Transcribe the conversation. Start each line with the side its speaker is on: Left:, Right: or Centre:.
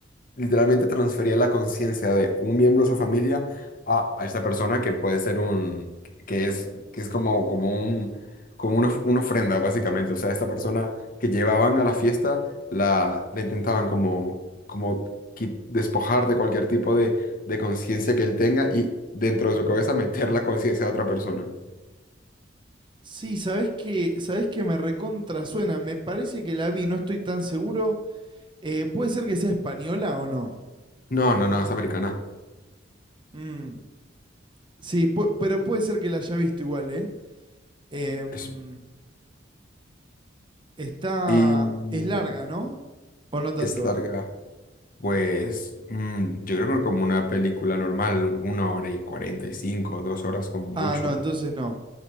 Left: literalmente transfería la conciencia de un miembro de su familia a, a esta persona que puede ser un, que es, que es como, como un, como una, of- una ofrenda, básicamente. O sea, esta persona que llevaban a la fiesta, la, la intentaban como, como qui- despojar de cualquier tipo de, de conciencia que él tenga y dentro de su cabeza meter la conciencia de otra persona.
Right: Sí, sabés que, sabés que me recontra suena. Me parece que la vi, no estoy tan seguro. Eh, ¿puede ser que sea española o no?
Left: No, no, no, es americana.
Right: Mm. Sí, pu- pero puede ser que la haya visto igual, ¿eh? Em,
Left: Es-
Right: está...
Left: y
Right: Es larga, ¿no? ¿O no tanto?
Left: es larga. Pues mm, yo creo que como una película normal, un- una hora y cuarenta y cinco, dos horas como mucho.
Right: Ah, no, entonces no.